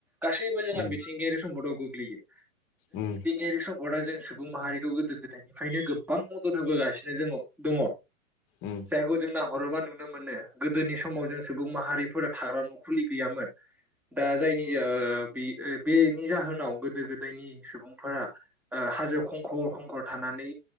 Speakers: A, in the centre; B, on the left.
A: गासैबो जोंङा
B: उम
A: मिथिंगायारि सम्पदाव गो <unintelligible>
B: उम
A: यारि सम्पदआ जों सुबुं माहारिखौ गोदो गोदायनिफ्रायनो गोबबां मदद होबोगासिनो जोङ दङ।
B: उम
A: जायखौ जोंनाव हरोबा नुनो मोनो गोदोनि समाव जों सुबुं माहारिफोरा थाग्रा न'खुलि गैयामोन दा जायनि ओ बि ओ बेनि जाहोनाव गोदो गोदायनि सुबुं <unintelligible> ओ हाजो खंखर खंखर थानानै